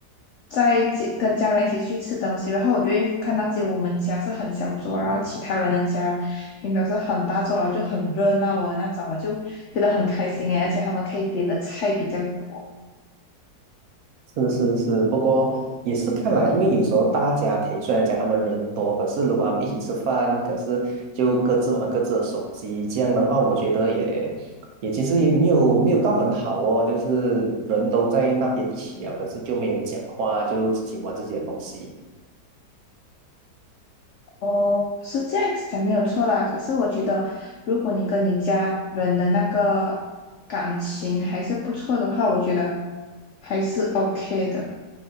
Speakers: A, on the left; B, on the right.
A: 在街跟家人一起去吃东西，然后我就会看到，就我们家是很小桌，然后其他人的家平常是很大桌，然后就很热闹啊那种，我就觉得很开心诶，而且他们可以点的菜比较多。
B: 是是是，不过也是看来，因为有时候大家庭虽然讲他们人多，可是如果他们一起吃饭，可是就各自玩各自的手机，这样的话，我觉得也也其实也没有没有到很好哦，就是人都在那边一起聊，可是就没有讲话，就自己玩自己的东西。
A: 哦，是这样子讲没有错啦。可是我觉得，如果你跟你家人的那个感情还是不错的话，我觉得还是 OK 的。